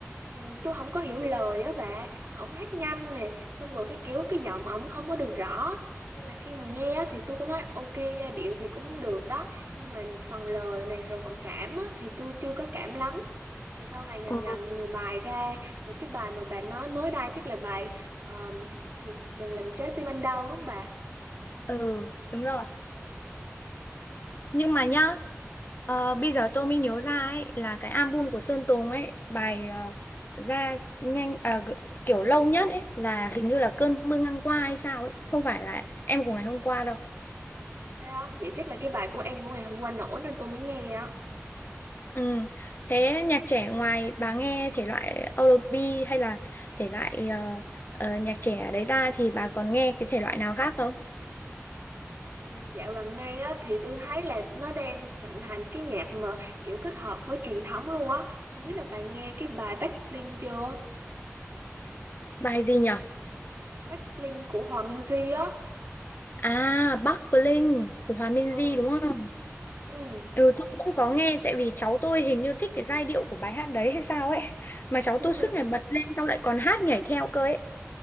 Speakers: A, on the right; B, on the left.
A: ừ, tôi không có hiểu lời á bà ổng hát nhanh nè xong rồi cái kiểu cái giọng ổng không có được rõ nên là khi mà nghe á, thì tôi cũng thấy ok giai điệu thì cũng được đó nhưng mà phần lời nè rồi phần cảm á, thì tôi chưa có cảm lắm thì sau này dần
B: Ừ.
A: dần nhiều bài ra rồi cái bài mà bà nói mới đây chắc là bài ờ, gì đừng làm trái tim anh đau đúng không bà
B: Ừ, đúng rồi. Nhưng mà nhá, ờ, bây giờ tôi mới nhớ ra ấy là cái album của Sơn Tùng ấy, bài ờ, ra nhanh à, g- kiểu lâu nhất ấy là hình như là Cơn mưa ngang qua hay sao ấy, không phải là em của ngày hôm qua đâu.
A: Thế á, vậy chắc là cái bài của em của ngày hôm qua nổi nên tôi mới nghe á.
B: Ừ. Thế nhạc trẻ ngoài bà nghe thể loại R&B hay là thể loại ờ, ờ, nhạc trẻ đấy ra thì bà còn nghe cái thể loại nào khác không?
A: Ừm, Dạo gần đây á thì tôi thấy là nó đang thịnh hành cái nhạc mà kiểu kết hợp với truyền thống luôn á. Không biết là bạn nghe cái bài Backbling chưa?
B: Bài gì nhở?
A: Backbling của Hòa Minzy á.
B: À, Bắc Bling của Hòa Minzy
A: Ừ.
B: đúng không?
A: Ừ.
B: Ừ, tôi cũng có nghe tại vì cháu tôi hình như thích cái giai điệu của bài hát đấy hay sao ấy mà cháu
A: <laughs>
B: tôi suốt ngày bật lên xong lại còn hát nhảy theo cơ ấy